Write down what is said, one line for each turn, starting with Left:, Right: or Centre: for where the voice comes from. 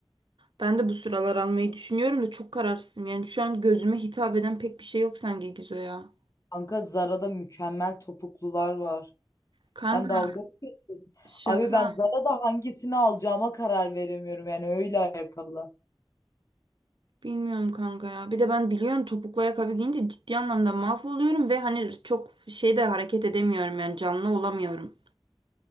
Right: Ben de bu sıralar almayı düşünüyorum da çok kararsızım. Yani şu an gözüme hitap eden pek bir şey yok sanki Gizo ya.
Left: Kanka Zara'da mükemmel topuklular var.
Right: Kanka
Left: Sen dalga mı geçiyorsun?
Right: şaka.
Left: Abi ben Zara'da hangisini alacağıma karar veremiyorum yani öyle ayakkabılar.
Right: Bilmiyorum kanka ya. Bir de ben biliyorum topuklu ayakkabı giyince ciddi anlamda mahvoluyorum ve hani çok şeyde hareket edemiyorum yani canlı olamıyorum.